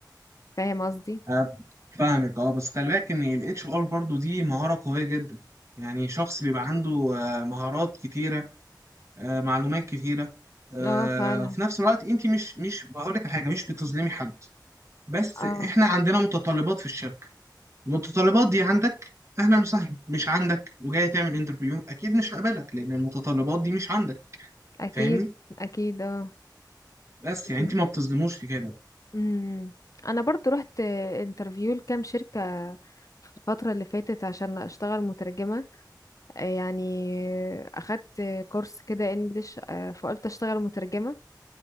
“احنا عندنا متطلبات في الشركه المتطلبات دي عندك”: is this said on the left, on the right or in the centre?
Right